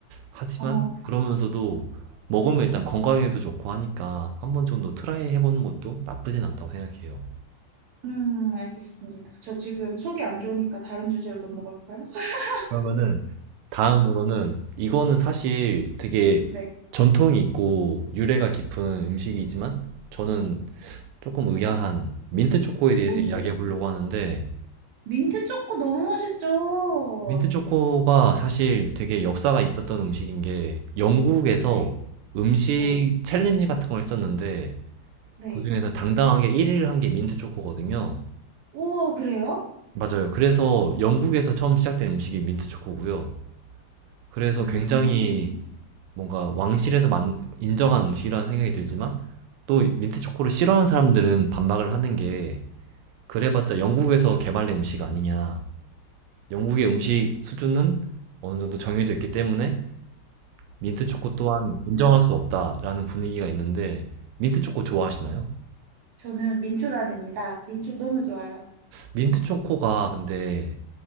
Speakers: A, on the right; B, on the right.
A: 하지만
B: 어, 그쵸.
A: 그러면서도 먹으면 일단 건강에도 좋고 하니까 한 번 정도 트라이 해보는 것도 나쁘진 않다고 생각해요.
B: 음, 알겠습니다. 저 지금 속이 안 좋으니까 다른 주제로 넘어갈까요? <laughs>
A: 그러면은 다음으로는 이거는 사실 되게
B: 네.
A: 전통이 있고 유래가 깊은 음식이지만 저는 조금 의아한 민트 초코에 대해서
B: 뭔데요?
A: 이야기해 보려고 하는데
B: 민트 초코 너무 맛있죠?
A: 민트 초코가 사실 되게 역사가 있었던 음식인 게 영국에서
B: 네,
A: 음식
B: 네,
A: 챌린지 같은 걸 했었는데
B: 네.
A: 그중에서 당당하게 1위를 한게 민트 초코거든요.
B: 우와, 그래요?
A: 맞아요. 그래서 영국에서 처음 시작된 음식이 민트 초코고요. 그래서
B: 음.
A: 굉장히 뭔가 왕실에서 만- 인정한 음식이라는 생각이 들지만 또 민트 초코를 싫어하는 사람들은 반박을 하는 게 그래봤자 영국에서 개발된 음식 아니냐. 영국의 음식 수준은 어느 정도 정해져 있기 때문에 민트 초코 또한 인정할 수 없다라는 분위기가 있는데 민트 초코 좋아하시나요?
B: 저는 민초단입니다. 민초 너무 좋아요.
A: 민트 초코가 근데